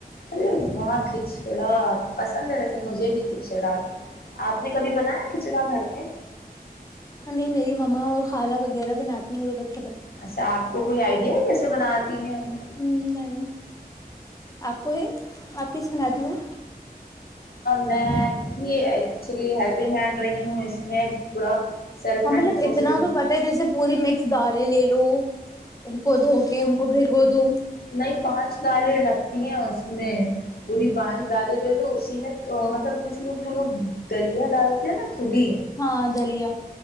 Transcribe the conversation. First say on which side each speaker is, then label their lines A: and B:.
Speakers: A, on the left; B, on the left.
A: ارے وہاں کھچڑا پسند ہے ویسے مجھے بھی کھچڑا آپ نے کبھی بنایا کھچڑا گھر پ
B: نہیں میری مما اور خالا وغیرہ بناتی ہیںوں وہو بچے
A: اچھا آپ کو کوئی آئیڈیا ہے جس سے بناتی ہیں
B: ہ م آپ کو یہ آپ کیسے بناتی ہوں
A: میں بھی ایکچولی ہیلپنگ ہینڈ رہی ہوں اس میں پورا سیلف
B: ہمیںلب
A: ہینڈ پروسیس
B: اتنا تو پتاہ ہے جیسے پوری مکس دالیں لے لو ان کو دھو کے
A: ہاں
B: ان کو بھگو دو
A: نہیں پانچ دالیں لگتی ہیں اس میں پوری پانچ ڈالیں لے لو اسی میں تو مطلب کچھ لوگ جو لوگ دلیا ڈالتے ہیں نا تھلی
B: ہاں دلیا